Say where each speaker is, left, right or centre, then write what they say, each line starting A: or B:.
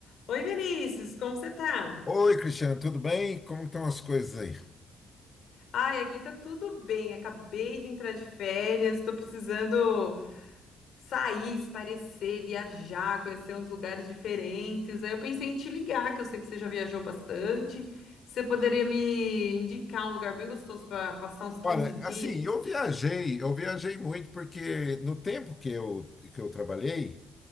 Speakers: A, on the left (about 70°); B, on the left (about 30°).
A: Oi, Vinícius, como você tá?
B: Oi, Cristiano, tudo bem? Como estão as coisas aí?
A: Ai, aqui tá tudo bem. Acabei de entrar de férias, tô precisando sair, esparecer, viajar, conhecer uns lugares diferentes. Aí eu pensei em te ligar, que eu sei que você já viajou bastante. Você poderia me indicar um lugar bem gostoso para passar uns 15
B: Olha,
A: dias?
B: assim, eu viajei, eu viajei muito porque no tempo que eu, que eu trabalhei,